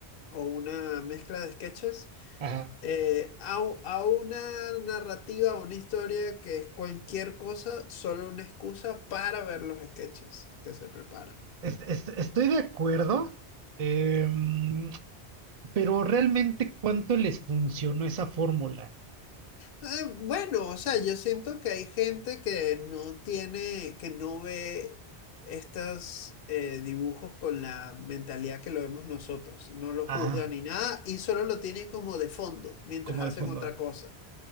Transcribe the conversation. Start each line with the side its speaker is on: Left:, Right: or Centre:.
Left: o una mezcla de sketches
Right: Ajá.
Left: eh, a, a una narrativa, o una historia que es cualquier cosa, solo una excusa para ver los sketches que se preparan.
Right: Es- es- estoy de acuerdo, em, pero realmente cuánto les funcionó esa fórmula.
Left: Eh, bueno, o sea, yo siento que hay gente que no tiene, que no ve estos eh, dibujos con la mentalidad que lo vemos nosotros, no lo
Right: Ajá,
Left: juzga ni nada y solo lo tiene como de fondo mientras
Right: como
Left: hacen
Right: de fondo.
Left: otra cosa,